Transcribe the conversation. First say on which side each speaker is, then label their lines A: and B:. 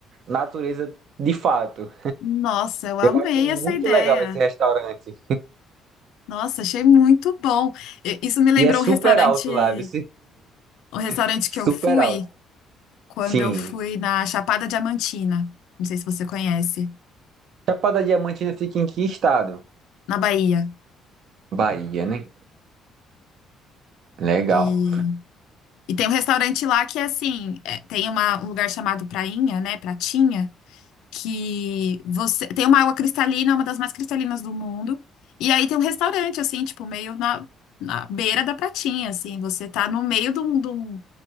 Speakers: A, on the right; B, on the left.
A: natureza de fato.
B: Nossa, eu amei
A: Eu acho muito
B: essa ideia.
A: legal esse restaurante.
B: Nossa, achei muito bom. E- Isso me lembrou
A: E é super
B: um restaurante,
A: alto lá, viu?
B: um restaurante
A: <laughs> super
B: que eu fui
A: alto.
B: quando
A: Sim.
B: eu fui na Chapada Diamantina. Não sei se você conhece,
A: Chapada Diamantina fica em que estado?
B: na Bahia.
A: Bahia, né? Legal.
B: E, e tem um restaurante lá que é assim, é, tem uma- um lugar chamado Prainha, né? Pratinha. que você tem uma água cristalina, uma das mais cristalinas do mundo. E aí tem um restaurante, assim, tipo, meio na, na beira da pratinha, assim. Você tá no meio de um, de um-